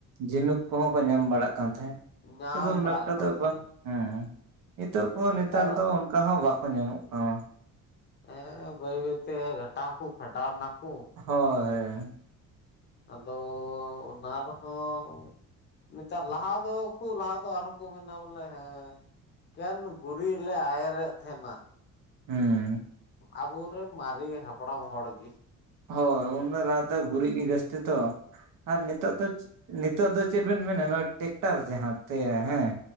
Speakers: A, on the right; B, on the left.
A: ᱡᱷᱤᱱᱩᱠ ᱠᱚᱦᱚᱸ ᱠᱚ ᱧᱟᱢ ᱵᱟᱲᱟᱜ ᱠᱟᱱ ᱛᱟᱦᱮᱸᱫ᱾ ᱱᱮᱛᱟᱨ
B: ᱧᱟᱢ
A: ᱫᱚ ᱚᱱᱮᱠᱴᱟ
B: ᱵᱟᱲᱟᱜ ᱠᱟᱱ
A: ᱫᱚ
B: ᱛᱟᱦᱮᱸᱱᱟ
A: ᱵᱟᱝ᱾ ᱦᱩᱸ ᱱᱤᱛᱚᱜ ᱠᱚ
B: ᱱᱮᱛᱟᱨᱟᱜ
A: ᱱᱮᱛᱟᱨ ᱫᱚ ᱚᱱᱠᱟ ᱦᱚᱸ ᱵᱟᱠᱚ ᱧᱟᱢᱚᱜ ᱠᱟᱱᱟ᱾
B: ᱦᱮᱸ ᱵᱟᱹᱭ ᱵᱟᱹᱭ ᱛᱮ ᱜᱷᱟᱴᱟᱣ ᱠᱚ ᱠᱷᱟᱸᱰᱟᱣ ᱱᱟᱠᱩ᱾
A: ᱦᱳᱭ᱾
B: ᱟᱫᱚ ᱚᱱᱟ ᱨᱮᱦᱚᱸ᱾ ᱱᱮᱛᱟᱨ ᱞᱟᱦᱟ ᱫᱚ ᱠᱷᱩ ᱞᱟᱦᱟ ᱫᱚ ᱟᱨᱦᱚᱸ ᱠᱚ ᱢᱮᱱᱟ ᱵᱚᱞᱮ ᱦᱮᱸ᱾ ᱮᱠᱮᱱ ᱜᱩᱨᱤᱡ ᱞᱮ ᱟᱶᱮᱨᱮᱫ ᱛᱟᱦᱮᱱᱟ᱾
A: ᱦᱩᱸ᱾
B: ᱟᱵᱩ ᱨᱮᱱ ᱢᱟᱨᱮ ᱦᱟᱯᱲᱟᱢ ᱦᱚᱲ ᱜᱤ᱾
A: ᱦᱳᱭ ᱩᱱᱫᱟᱨᱟ ᱛᱮ ᱜᱩᱨᱤᱡ ᱜᱤ ᱡᱟᱹᱥᱛᱤ ᱛᱚ ᱟᱨ ᱱᱤᱛᱳᱜ ᱛᱚ ᱱᱤᱛᱚᱜ ᱫᱚ ᱪᱮᱫ ᱵᱮᱱ ᱢᱮᱱᱟ ᱱᱚᱣᱟ ᱴᱮᱠᱴᱟᱨ ᱡᱟᱦᱟᱸ ᱛᱮ ᱦᱮᱸ᱾